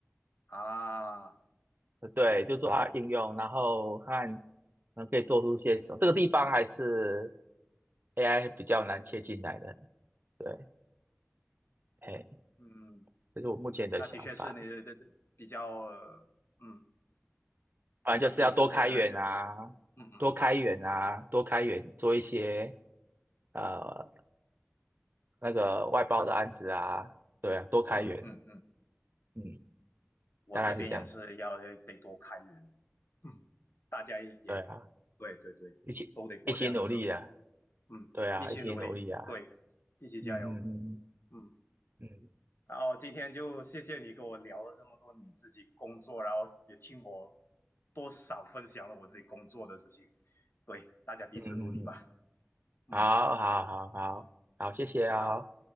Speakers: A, on the left; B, on the right.
A: 啊，
B: 呃对，就做它的应用，然后看能可以做出些什么。这个地方还是 AI 比较难切进来的，对，哎，
A: 嗯，
B: 这是我目前的想法。
A: 那的确是你这这比较，呃嗯，
B: 反正就是要多开源啊，
A: 比特币这些的就，嗯嗯
B: 多开源啊，多开源，做一些呃那个外包的案子啊，对啊，多开源，
A: 嗯嗯嗯，
B: 嗯，
A: 我这边也是要得多开源，
B: 大概是这样子，
A: 嗯，大家也，
B: 对啊，
A: 对对对，
B: 一起一起努力啊。
A: 都得过这样的生活，嗯，
B: 对啊，
A: 一起努力，
B: 一起努力啊，
A: 对，一起加油，
B: 嗯嗯
A: 嗯。
B: 嗯嗯
A: 然后今天就谢谢你跟我聊了这么多你自己工作，然后也听我多少分享了我自己工作的事情。对，大家彼此努力吧。
B: 嗯嗯嗯嗯，
A: 嗯，
B: 好好好好好，谢谢啊哦，
A: 好，